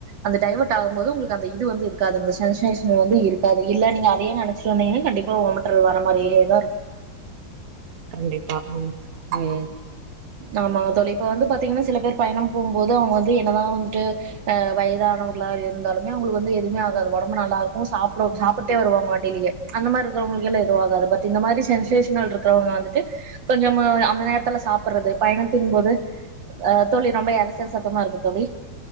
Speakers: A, on the right (about 75°); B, on the right (about 50°).
A: அந்த டைவெர்ட் ஆகும்போது உங்குளுக்கு அந்த இது வந்து இருக்காது அந்த ஷன்சேஷன்ல் வந்து இருக்கா இல்ல நீங்க அதயே நனச்சி ட்ரு வந்தீங்கன்னா கண்டிப்ப ஓமட்ரல வர மாரியேதா இருக்
B: கண்டிப்பா ம் ம்
A: ஆமாங்க தோழி இப்போ வந்து பாத்தீங்னா சில பேர் பயணம் போகும்போது அவுங்க வந்து என்னதா வந்துட்டு அ வயதானவர்களா இருந்தாலுமே அவுங்களுக்கு வந்து எதுவுமே ஆகாது ஒடம்பு நல்லா இருக்கு சாப்ட சாப்பிட்டே வருவாங்க வண்டியிலேயே அந்த மாரி இருக்றவங்களுக்கு எல்லா எதுவாகாது பட் இந்த மாரி சென்சேஷனல் இருக்குறவங்க வந்துட்டு கொஞ்சம் அந்த நேரத்துல சாப் றது பயணத்தின் போது ஆ தோழி ரொம்ப எறச்சல் சத்தமா இருக்கு தோழி